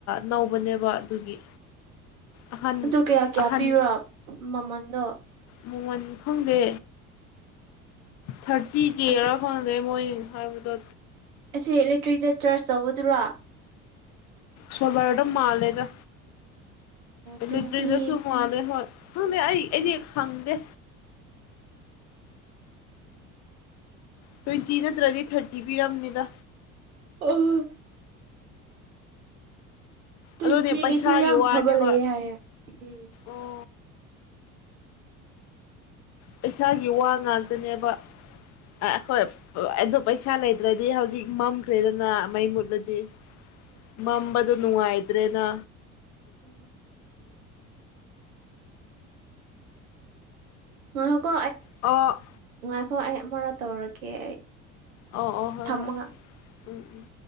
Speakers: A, on the left (about 40°); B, on the right (about 75°).
A: ꯅꯧꯕꯅꯦꯕ ꯑꯗꯨꯒꯤ ꯑꯍꯟ
B: ꯑꯗꯨ ꯀꯌꯥ ꯀꯌꯥ
A: ꯑꯍꯟ
B: ꯄꯤꯕꯔꯣ ꯃꯃꯟꯗꯣ
A: ꯃꯃꯣꯟ ꯈꯪꯗꯦ ꯊꯔꯇ ꯀꯦ
B: ꯑꯁꯤ
A: ꯈꯗ ꯃꯣꯏ ꯍꯥꯏꯕ
B: ꯑꯁꯤ ꯕꯦꯇ꯭ꯔꯤꯗ ꯆꯥꯔꯖ ꯇꯧꯕꯗꯨꯔꯥ
A: ꯁꯣꯂꯗ ꯃꯥꯂꯦꯗ ꯑꯂꯦꯇꯔꯤꯛꯇꯁꯨ
B: ꯇ꯭ꯋꯦꯟꯇꯤ
A: ꯃꯥꯟꯂꯦ ꯍꯣꯏ ꯍꯪꯗ ꯑꯩ ꯑꯩꯗꯤ ꯈꯪꯗ ꯇ꯭ꯋꯦꯟꯇꯤ ꯅꯠꯇ꯭ꯔꯗꯤ ꯊꯥꯔꯇꯤ ꯄꯤꯔꯝꯅꯤꯗ
B: ꯑꯣ ꯇ꯭ꯋꯦꯟꯇꯤꯒꯤꯁꯨ
A: ꯑꯗꯨꯅꯦ ꯄꯩꯁꯥꯒꯤ
B: ꯌꯥꯝ
A: ꯋꯥꯅꯦꯕ
B: ꯐꯕ ꯂꯩꯌꯦ ꯍꯥꯏꯌꯦꯦ ꯎꯝ
A: ꯑꯣ ꯄꯩꯁꯥꯒꯤ ꯋꯥ ꯉꯥꯛꯇꯅꯦꯕ ꯑꯩꯈꯣꯏ
B: ꯎꯝ
A: ꯑꯗꯨ ꯄꯩꯁꯥ ꯂꯩꯇ꯭ꯔꯗꯤ ꯍꯧꯖꯤꯛ ꯃꯝꯈ꯭ꯔꯦꯗꯅ ꯃꯩ ꯃꯨꯠ ꯗꯤ
B: ꯎꯝ
A: ꯃꯝꯕꯗꯨ ꯅꯨꯡꯉꯥꯏꯇ꯭ꯔꯦꯅ
B: ꯎꯝ ꯃꯣꯏ ꯀꯣ
A: ꯑꯣ
B: ꯑ ꯍꯣꯏ ꯑꯩ ꯑꯃꯥ ꯇꯧꯔꯒꯦ ꯑꯩ
A: ꯑꯣ ꯑꯣ ꯍꯣꯏ
B: ꯊꯝꯃꯒ
A: ꯍꯣꯏ ꯎꯝ ꯎꯝ